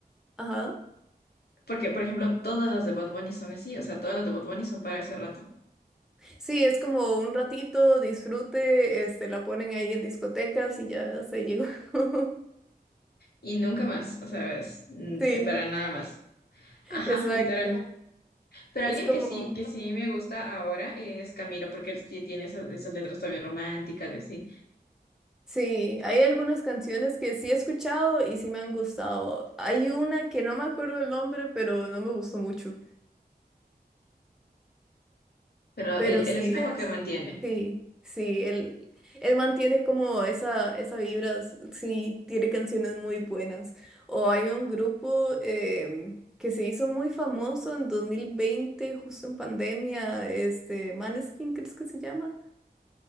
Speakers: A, in the centre; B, on the left.
A: ajá.
B: porque, por ejemplo, todas las de Bad Bunny son así, o sea, todas las de Bad Bunny son para ese rato.
A: Sí, es como un ratito, disfrute, este, la ponen ahí en discotecas y ya hasta ahí llegó. <laughs>
B: Y nunca más, o sea, es, mm,
A: Sí,
B: eh, para nada más. Ajá,
A: exacto.
B: literal. Pero
A: Es
B: alguien
A: como
B: que sí, que sí me gusta ahora es Camilo, porque él sí tiene esas, esas letras todavía románticas y así.
A: Sí, hay algunas canciones que sí he escuchado y sí me han gustado. Hay una que no me acuerdo el nombre, pero no me gustó mucho.
B: Pero
A: Pero
B: él,
A: sí,
B: él es como Bueno, que sí, mantiene.
A: sí, sí, él, él mantiene como esa, esa vibra, s- sí, tiene canciones muy buenas. O hay un grupo em, que se hizo muy famoso en 2020, justo en pandemia, este, Maneskin, ¿crees que se llama?